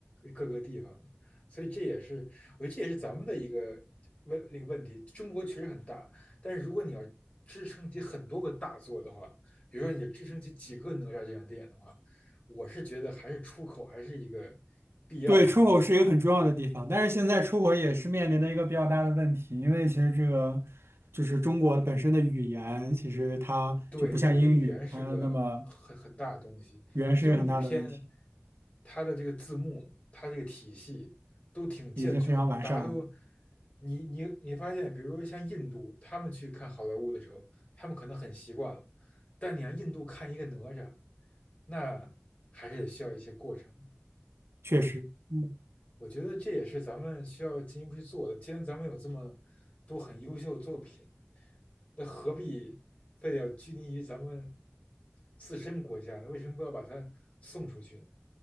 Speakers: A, on the left; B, on the right.
A: 各个地方的。所以这也是我觉得这也是咱们的一个问那个问题。中国确实很大，但是如果你要支撑起很多个大作的话，比如说你支撑起几个哪吒这样的电影的话，我是觉得还是出口还是一个必要的一个路。
B: 对，出口是一个很重要的地方，但是现在出口也是面临的一个比较大的问题，因为其实这个就是中国本身的语言，其实它就不像英语，
A: 对，我觉得语言是个很很大的东西。
B: 它那么语言是一个很大的问题，
A: 英语片，它的这个字幕，它这个体系都挺健全的，
B: 已经非常完善了，
A: 大家都，你你你发现，比如说像印度，他们去看好莱坞的时候，他们可能很习惯了，但你让印度看一个哪吒，那还是得需要一些过程。
B: 确实，
A: 嗯。
B: 嗯，
A: 我觉得这也是咱们需要进一步去做的。既然咱们有这么多很优秀的作品，那何必非得要拘泥于咱们自身国家呢？为什么不要把它送出去呢？